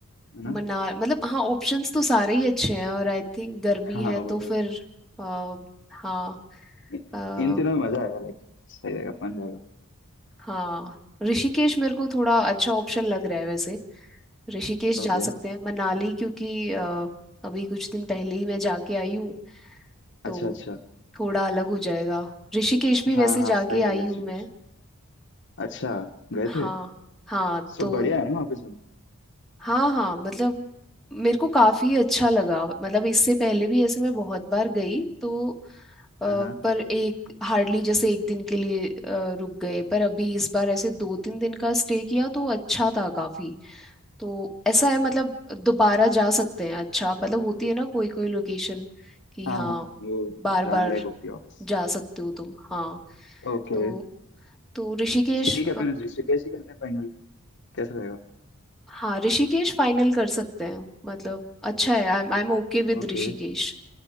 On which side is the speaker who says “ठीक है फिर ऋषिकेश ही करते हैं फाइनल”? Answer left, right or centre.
Left